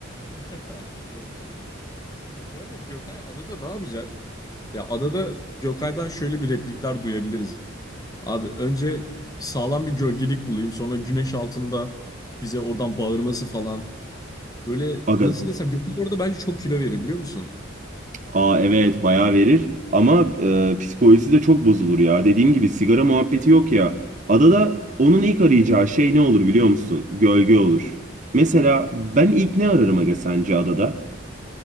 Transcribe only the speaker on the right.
Aga
Aa evet bayağı verir ama e, psikolojisi de çok bozulur ya. Dediğim gibi sigara muhabbeti yok ya. Adada onun ilk arayacağı şey ne olur biliyor musun? Gölge olur. Mesela ben ilk ne ararım aga sence adada?